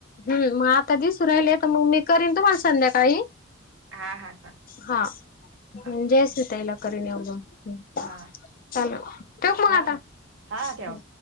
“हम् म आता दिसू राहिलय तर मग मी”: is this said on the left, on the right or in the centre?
Left